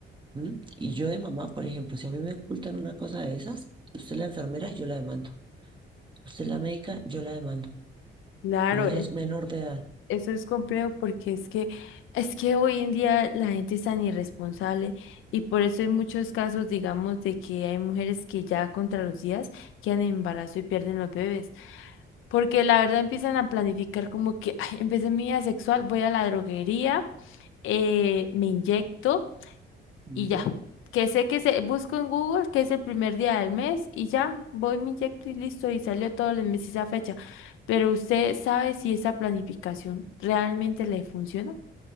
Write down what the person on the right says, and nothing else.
¿m? Y yo de mamá, por ejemplo, si a mí me ocultan una cosa de esas, usted es la enfermera, yo la demando. Usted es la médica, yo la demando.
Mi hija es menor de edad.
Ujú.